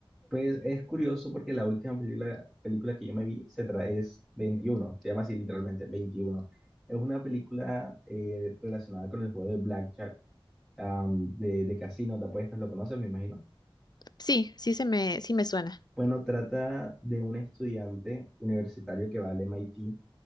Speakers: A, in the centre; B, on the left.
A: Pues es curioso porque la última película, película que yo me vi se trae es veintiuno se llama así literalmente veintiuno Es una película eh, relacionada con el juego de Blackjack, am, de, de casino, de apuestas, ¿lo conoces, me imagino?
B: Sí, sí se me, sí me suena.
A: Bueno, trata de un estudiante universitario que va al MIT